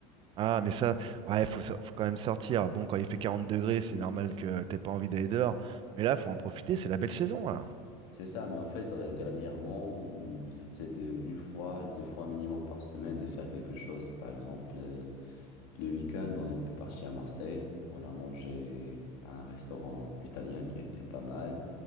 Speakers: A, on the right; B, on the left.
A: Ah, mais ça, ouais, faut, so- faut quand même sortir. Bon, quand il fait 40 degrés, c'est normal que t'aies pas envie d'aller dehors. Mais là, faut en profiter, c'est la belle saison, là.
B: C'est ça, mais en fait, ré- dernièrement, on- j'essaie de une fois, deux fois minimum par semaine de faire quelque chose. Par exemple, euh, le week-end, on était parti à Marseille, on a mangé à un restaurant italien qui était pas mal.